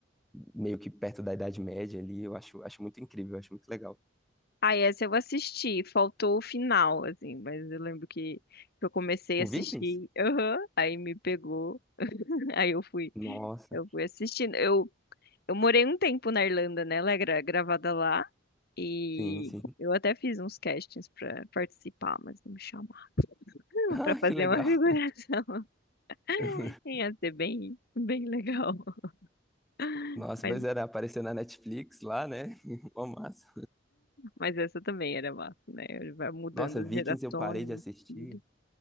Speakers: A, in the centre; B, on the left (about 55°).
A: meio que perto da Idade Média ali. Eu acho, acho muito incrível, eu acho muito legal.
B: Ah, essa eu assisti. Faltou o final, assim. Mas eu lembro que, que eu comecei
A: O
B: a assistir.
A: Vikings?
B: <laughs> Aham, aí me pegou. <laughs> Aí eu fui,
A: Nossa,
B: eu fui assistindo. Eu, eu morei um tempo na Irlanda, né? Ela é gra- gravada lá. E
A: sim, sim.
B: eu
A: <laughs>
B: até fiz uns castings pra participar, mas não me chamaram <laughs>
A: Ah,
B: pra fazer
A: que legal.
B: uma figuração.
A: <laughs>
B: <laughs> Ia ser bem, bem legal. <laughs>
A: Nossa,
B: Mas
A: pois era, apareceu na Netflix lá, né? <laughs> Uma massa.
B: Mas essa também era massa, né? Ele Vai mudando
A: Nossa,
B: as
A: Vikings
B: gerações,
A: eu parei de assistir.
B: o filho.